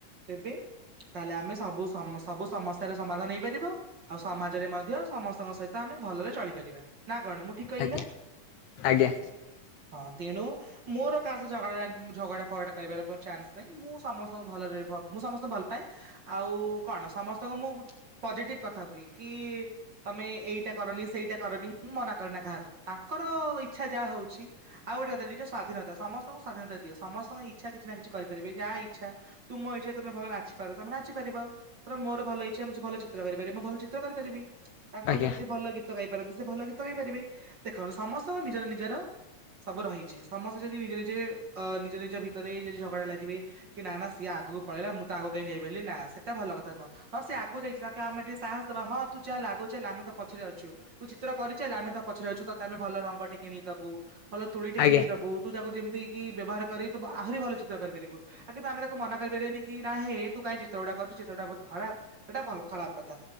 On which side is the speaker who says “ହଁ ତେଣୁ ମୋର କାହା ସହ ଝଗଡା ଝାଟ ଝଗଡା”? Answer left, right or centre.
Right